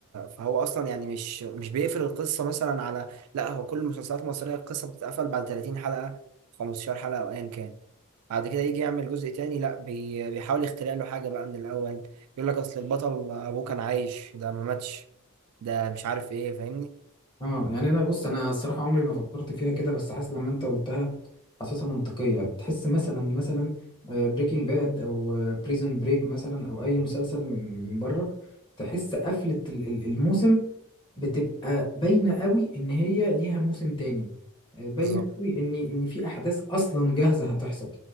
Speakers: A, on the right (about 85°); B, on the left (about 20°).
A: فهو اصلا يعني مش مش بيقفل القصه مثلا على لا هو كل المسلسلات المصريه القصه بتتقفل بعد 30 حلقه 15 حلقه او ايا كان بعد كده يجي يعمل جزء تاني لا بي... بيحاول يخترع له حاجه بقى من الاول يقول لك اصل البطل ابوه كان عايش ده ما ماتش ده مش عارف ايه فاهمني
B: اه يعني انا بص انا الصراحه عمري ما فكرت فيها كده بس حاسس لما انت قلتها حاسسها منطقيه بتحس مثلا مثلا بريكنج باد او بريزون بريك مثلا او اي مسلسل من من بره تحس قفله ال- ال- الموسم بتبقى باينة قوي ان هي ليها موسم تاني آه، باينة
A: بالظبط
B: قوي ان ان في احداث اصلا جاهزة هتحصل